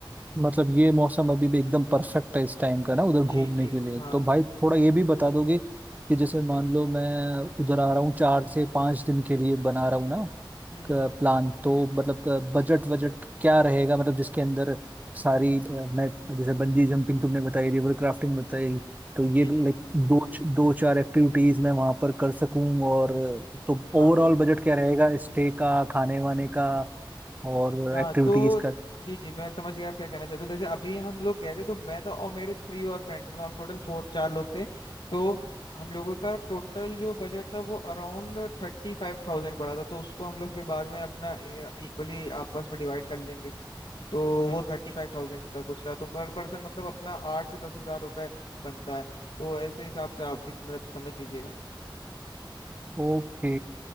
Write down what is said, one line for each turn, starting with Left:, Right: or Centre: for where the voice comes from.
Right: मतलब ये मौसम अभी भी एकदम परफेक्ट है इस टाइम का ना उधर घूमने
Left: जी जी
Right: के लिए
Left: हाँ
Right: तो भाई थोड़ा ये भी बता दोगे कि जैसे मान लो मैं उधर आ रहा हूँ चार से पांच दिन के लिए बना रहा हूँ ना
Left: हम्म
Right: प्लान तो मतलब बजट वजट क्या रहेगा मतलब जिसके अंदर सारी अ, मैं जैसे बंजी जंपिंग तुमने बताई रिवर क्राफ्टिंग बताई तो ये
Left: जी
Right: भी
Left: जी
Right: लाइक दो दो चार एक्टिविटीज मैं वहां पर कर सकूं और अ, तो
Left: हाँ
Right: ओवरऑल
Left: हाँ
Right: बजट क्या रहेगा स्टे का खाने वाने का और
Left: हाँ
Right: एक्टिविटीज
Left: तो
Right: का
Left: जी जी मैं समझ गया आप क्या कहना चाहते हो जैसे अभी हम लोग गए थे तो मैं था और मेरे थ्री और फ्रेंड्स मतलब हम टोटल फोर चार लोग थे तो हम लोगों का टोटल जो बजट था वो अराउंड थर्टी फाइव थाउजेंड पड़ा था तो उसको हम लोग फिर बाद में अपना इक्वली आपस में डिवाइड कर लेंगे तो वो थर्टी फाइव थाउजेंड का कुछ था तो पर पर्सन मतलब अपना आठ से दस हजार रुपए बनता है तो ऐसे हिसाब से आप भी मतलब समझ लीजिएगा
Right: ओके